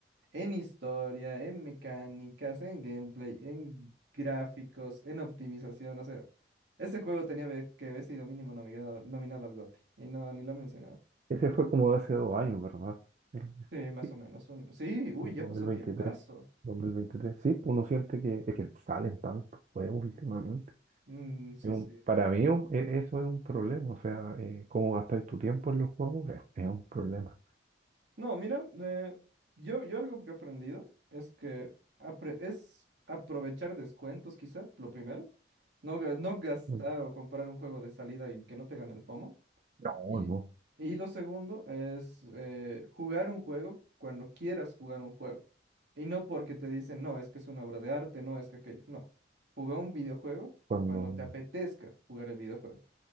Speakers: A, on the right (about 70°); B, on the right (about 40°).
A: en historia, en mecánicas, en gameplay, en gráficos, en optimización. O sea, ese juego tenía ve- que haber sido mínimo nominado, nominado al GOTY y no, ni lo he mencionado.
B: Ese fue como de hace dos años, ¿verdad? El-
A: Sí, más
B: sí,
A: o menos. un- Sí, uy,
B: 2023.
A: ya pasó tiempazo.
B: 2023. Sí, uno siente que es que salen tantos juegos últimamente.
A: Mm, sí,
B: es un-
A: sí.
B: para mí un- e- eso es un problema, o sea, eh, cómo gastar tu tiempo en los juegos es, es un problema.
A: No, mira, eh, yo, yo algo que he aprendido es que apre- es aprovechar descuentos, quizá, lo primero. No, ga- no gastar
B: Mm.
A: o comprar un juego de salida y que no te gane el FOMO.
B: No,
A: Y,
B: no,
A: y lo segundo es eh, jugar un juego cuando quieras jugar un juego. Y no porque te dicen, no, es que es una obra de arte, no, es que aquello. No, juega un videojuego
B: cuando
A: cuando te apetezca jugar el videojuego.